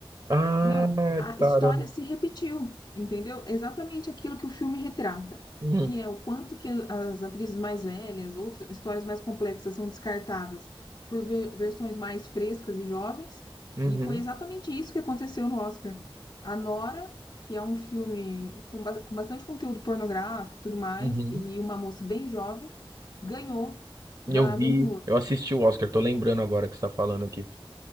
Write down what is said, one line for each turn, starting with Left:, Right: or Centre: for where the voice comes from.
Right: Ah,
Left: Meu, a
Right: caramba.
Left: história se repetiu, entendeu? Exatamente aquilo que o filme retrata,
Right: Hum,
Left: que é o quanto que as atrizes mais velhas, outras histórias mais complexas são descartadas por ver- versões mais frescas e jovens,
Right: uhum,
Left: e foi exatamente isso que aconteceu no Oscar. A Nora, que é um filme com, ba- com bastante conteúdo pornográfico, e tudo mais,
Right: uhum.
Left: e uma moça bem jovem, ganhou da
Right: Eu vi,
Left: Demi Moore.
Right: eu assisti o Oscar, tô lembrando agora que você tá falando aqui.